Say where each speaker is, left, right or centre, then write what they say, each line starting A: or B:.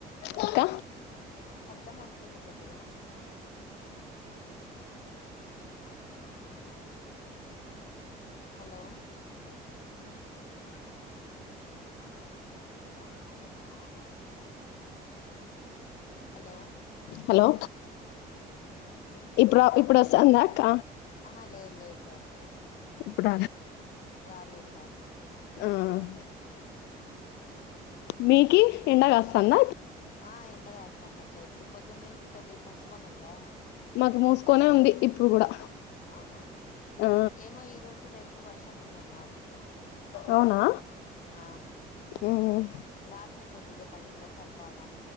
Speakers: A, on the left; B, on the left.
A: అక్క
B: శబ్దం వస్తుంది కొద్దిగ హలో హలో
A: హలో
B: వినిపిస్తుందా
A: ఇప్పుడు
B: అక్క
A: ఇప్పుడు వస్తాందా అక్క
B: ఆహా లెద్ లేద్ లేక్క
A: ఇప్పుడ
B: రాలేదు రాలేద్
A: హ్మ్ మీకి ఎండ గాస్తంద
B: ఆ ఎండ గాస్తాందక్క ఇప్పుడు పొద్దున్న నుంచి కొద్దిగ మూసుకోన్ ఉందా
A: మాకు మూసుకొనే ఉంది ఇప్పుడు కూడా
B: అవునా
A: ఆ
B: ఏమో ఈ రోజు రేపు వర్ష తం మన్నారక్క
A: అవునా
B: ఆ
A: మ్మ్
B: రాత్రి కొద్దిగ పడింద సల్పాగ